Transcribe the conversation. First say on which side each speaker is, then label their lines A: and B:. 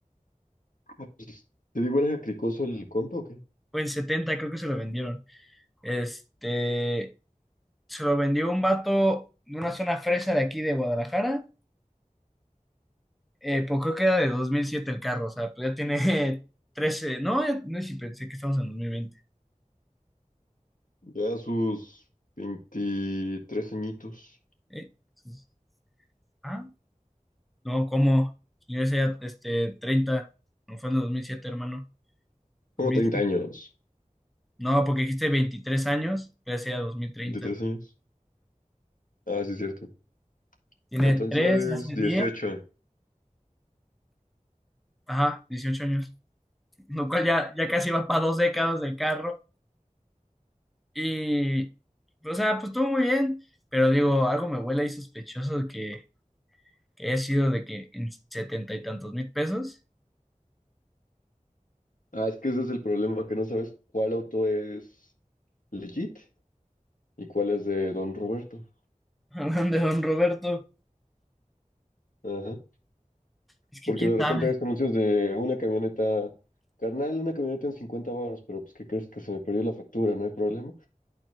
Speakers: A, on the left (about 80°); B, in the centre.
A: Ah, pues, ¿Te digo, eres cricoso el compa o qué?
B: o en 70 creo que se lo vendieron. Este, se lo vendió un vato de una zona fresa de aquí de Guadalajara Eh, pues creo que era de 2007 el carro, o sea, pues ya tiene <laughs> 13 no, eh, no sí, pensé que estamos en 2020.
A: Ya sus 23 añitos.
B: Eh, pues, ah, no, ¿cómo? Yo decía, este, 30 no fue en el 2007, hermano.
A: Como
B: 2007.
A: treinta años.
B: No, porque dijiste 23 años, pero decía 2030.
A: veintitrés años? Ah, sí, es cierto.
B: Tiene
A: Entonces,
B: 3 hace
A: dieciocho
B: 10, ajá, 18 años, lo cual ya, ya casi va para dos décadas del carro. Y, o sea, pues estuvo muy bien, pero digo, algo me huele ahí sospechoso de que, que haya sido de que en setenta y tantos mil pesos.
A: Ah, es que ese es el problema, que no sabes cuál auto es legit y cuál es de Don Roberto.
B: Hablan de Don Roberto.
A: Ajá.
B: Es que
A: Porque
B: quién
A: de repente
B: sabe,
A: ves anuncios de una camioneta, carnal, una camioneta en 50 baros, pero pues, ¿qué crees que se me perdió la factura? No hay problema.